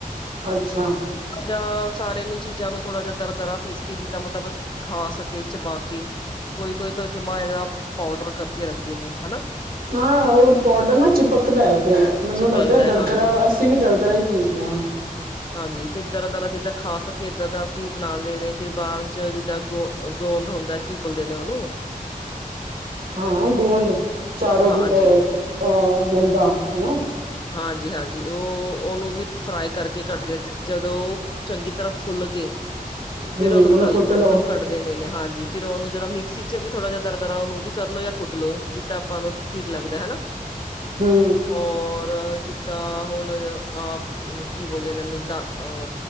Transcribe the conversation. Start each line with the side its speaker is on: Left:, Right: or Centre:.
Right: ਅੱਛਾ।
Left: ਜਾਂ ਸਾਰੇ ਨੂੰ ਚੀਜ਼ਾਂ ਨੂੰ ਥੋੜਾ ਜਾ ਦਰ ਦਰਾ ਪੀਸ ਕੇ ਜਿੱਦਾਂ ਮਤਲਬ ਖਾ ਸਕੇ ਚਬਾ ਕੇ ਕੋਈ-ਕੋਈ ਤਾਂ ਜਮਾ ਇਹਦਾ ਪਾਊਡਰ ਕਰਕੇ ਰੱਖਦੇ ਨੇ ਹਨਾ?
Right: ਹਾਂ ਓ ਪਾਡਰ ਨਾ ਚਿਪਕਦਾ ਫੇਰ ਮੈਨੂੰ
Left: ਚਿਪਕਦਾ
Right: ਲੱਗਦਾ ਦਰਦਰਾ
Left: ਹਾਂਜੀ।
Right: ਅਸੀਂ ਵੀ ਦਰਦਰਾ ਹੀ ਪੀਸਦੇ ਆ।
Left: ਹਾਂਜੀ ਫੇਰ ਦਰਦਰਾਂ ਜੀਦਾਂ ਖਾ ਸਕੇ ਏਦਾਂ ਦਾ ਵੀ ਬਣਾਦੇ ਨੇ ਫੇਰ ਬਾਦ ਚ ਜੀਦਾਂ ਗੋ ਗੋਂਦ ਹੁੰਦਾ ਕੀ ਬੋਲਦੇ ਨੇ ਓਨੂੰ? <inaudible>
Right: ਹਾਂ ਗੋਦ, ਚਾਰੋਂ
Left: ਹਾਂਜੀ
Right: ਏ ਅ ਗੂੰਦਾਂ ਹਨਾ।
Left: ਹਾਂਜੀ-ਹਾਂਜੀ ਓ ਓਨੂੰ ਵੀ ਫਰਾਈ ਕਰਕੇ ਕੱਟਦੇ ਆ ਜਦੋਂ ਚੰਗੀ ਤਰ੍ਹਾਂ ਫੁੱਲ ਗਏ,
Right: ਹਮ
Left: ਫੇਰ ਓਨੂੰ
Right: ਉਹਨੂੰ
Left: ਤਲ
Right: ਕੁੱਟ ਲਓ
Left: ਮਤਲਬ ਕ ਟਦੇਨੇ ਹਾਂਜੀ ਫੇਰ ਓਨੂੰ ਜੇੜਾ ਮੇਕਸੀ ਚ ਵੀ ਥੋੜਾ ਜੇਆ ਦਰਦਰਾ ਓਨੂੰ ਵੀ ਕਰ ਲੋ ਜਾਂ ਕੁੱਟ ਲੋ ਜੀਦਾਂ ਆਪਾਂ ਨੂੰ ਠੀਕ ਲੱਗਦਾ ਹਨਾ।
Right: ਹੂੰ।
Left: ਹੋਰ ਜਿੱਦਾਂ ਹੁਣ ਅ ਕੀ ਬੋਲਦੇ ਓਨੂੰ ਦਾ ਅ